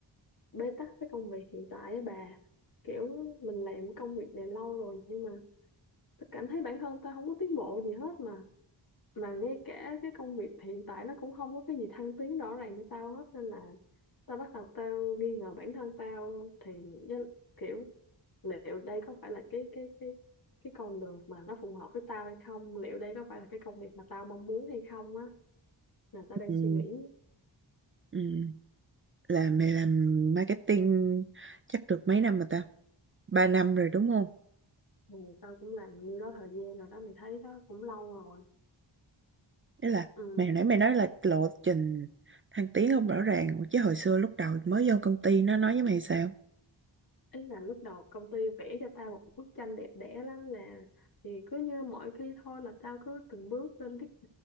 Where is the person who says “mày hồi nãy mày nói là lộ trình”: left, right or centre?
Right